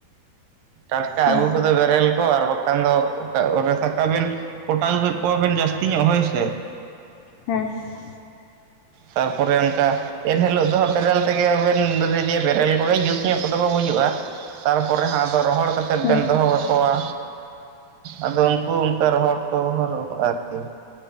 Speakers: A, on the right; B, on the left.
A: ᱴᱟᱴᱠᱟ
B: ᱚ
A: ᱟᱹᱜᱩ ᱠᱚᱫᱚ ᱵᱮᱨᱮᱞ ᱠᱚ ᱟᱨ ᱵᱟᱠᱷᱟᱱ ᱫᱚ ᱚᱠᱟ ᱠᱚᱨᱮ ᱥᱟᱵ ᱠᱟᱜ ᱵᱮᱱ ᱠᱚᱴᱟ ᱟᱹᱜᱩ ᱠᱮᱫ ᱠᱚᱣᱟᱵᱤᱱ ᱡᱟᱹᱥᱛᱤ ᱧᱚᱜ ᱦᱳᱭ ᱥᱮ,
B: ᱦᱮᱸ ᱾
A: ᱛᱟᱨᱯᱚᱨᱮ ᱚᱱᱠᱟ ᱮᱱ ᱦᱤᱞᱳᱜ ᱫᱚ ᱦᱟᱸᱜ ᱵᱮᱨᱮᱞ ᱛᱮᱜᱮ ᱵᱮᱱ ᱨᱤᱫᱤᱭᱟ ᱵᱮᱨᱮᱞ ᱠᱚ ᱜᱮ ᱡᱩᱛ ᱧᱚᱜ ᱠᱚᱫᱚ ᱠᱚ ᱜᱩᱡᱩᱜᱼᱟ᱾ ᱛᱟᱨᱯᱚᱨᱮ ᱦᱚᱸ ᱟᱫᱚ ᱨᱚᱦᱚᱲ ᱠᱟᱛᱮᱫ
B: ᱦᱮᱸ
A: ᱵᱮᱱ ᱫᱚᱦᱚ ᱠᱟᱠᱚᱣᱟ᱾ ᱟᱫᱚ ᱩᱱᱠᱩ ᱚᱱᱠᱟ ᱨᱚᱦᱚᱲ ᱠᱚ ᱨᱚᱦᱚᱲ ᱠᱚ ᱟᱨ ᱠᱤ᱾